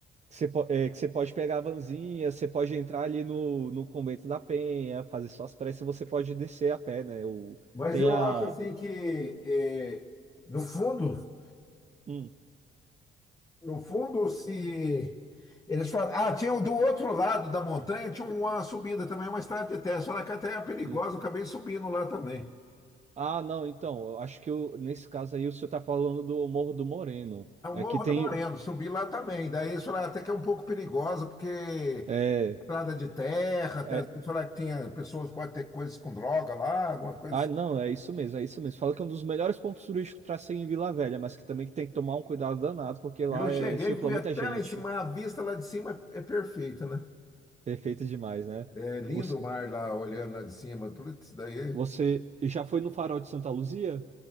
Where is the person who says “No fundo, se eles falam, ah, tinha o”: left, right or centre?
Left